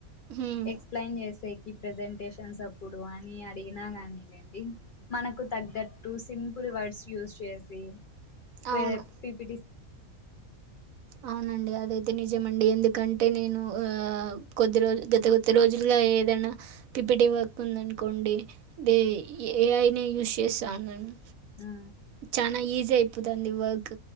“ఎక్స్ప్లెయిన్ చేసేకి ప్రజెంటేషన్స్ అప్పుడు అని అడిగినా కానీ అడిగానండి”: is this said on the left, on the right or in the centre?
Left